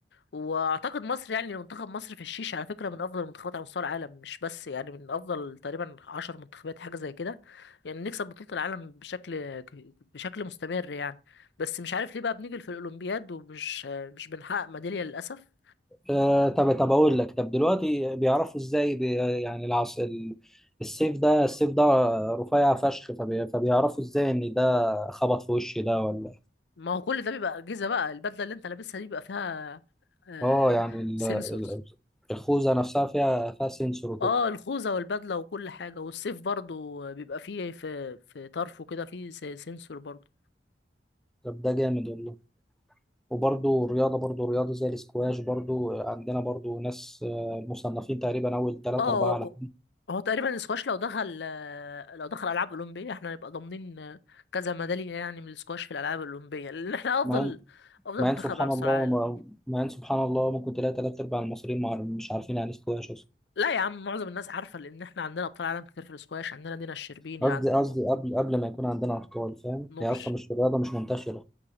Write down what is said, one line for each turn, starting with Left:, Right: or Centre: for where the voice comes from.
Left: واعتقد مصر يعني منتخب مصر في الشيش على فكره من افضل المنتخبات على مستوى العالم مش بس يعني من افضل تقريبا عشر منتخبات حاجه زي كده يعني نكسب بطوله العالم بشكل بشكل مستمر يعني بس مش عارف ليه بقى بنيجي في الاولمبياد ومش مش بنحقق ميداليه للاسف
Centre: آه طب طب اقول لك طب دلوقتي بيعرفوا ازاي بي يعني العص ال- السيف ده السيف ده رفيع فشخ فبي فبيعرفوا ازاي ان ده خبط في وشي ده ولا
Left: ما هو كل ده بيبقى اجهزه بقى البدله اللي انت لابسها دي بيبقى فيها آه
Centre: اه يعني ال-
Left: سنسورز
Centre: ال- الخوذة نفسها فيها فيها سنسور وكده
Left: اه الخوذه والبدله وكل حاجه والسيف برضو بيبقى فيه في في طرفه كده فيه سنسور برضو
Centre: طب ده جامد والله وبرضو الرياضة برضو رياضة زي الاسكواش برضو آه، عندنا برضو ناس آه، مصنفين تقريبا أول تلاتة
Left: اه
Centre: أربعة على
Left: هو تقريبا السكواش لو دخل آه، لو دخل العاب اولمبيه احنا هنبقى ضامنين آه، كذا ميداليه يعني من السكواش في الالعاب الاولمبيه لان احنا افضل
Centre: مع إن
Left: افضل
Centre: مع
Left: منتخب
Centre: إن سبحان
Left: على مستوى
Centre: الله
Left: العالم
Centre: مع مع إن سبحان الله ممكن تلاقي تلات أرباع المصريين مع- مش عارفين يعني اسكواش أصلا
Left: لا يا عم معظم الناس عارفه لان احنا عندنا ابطال عالم كتير في السكواش عندنا دينا الشربيني
Centre: قصدي
Left: عند
Centre: قصدي قبل قبل ما يكون عندنا أطفال فاهم
Left: نورش
Centre: هي أصلا مش رياضة مش منتشرة